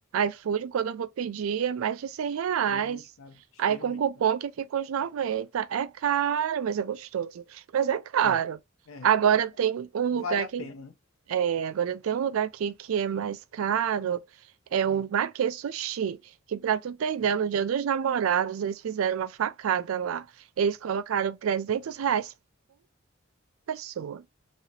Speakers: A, on the right; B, on the left.
A: iFood, quando eu vou pedir, é mais de cem reais.
B: Extremamente caro. Extremamente
A: Aí com cupom
B: caro.
A: que fica uns 90. É caro, mas é gostoso. Mas é caro.
B: É, é,
A: Agora
B: ma-
A: tem um lugar
B: vale a
A: que
B: pena, né?
A: é, agora tem um lugar aqui que é mais caro, é
B: Hum,
A: o Make Sushi, que para tu ter ideia,
B: mas
A: no Dia
B: que?
A: dos Namorados eles fizeram uma facada lá. Eles colocaram 300 reais pessoa.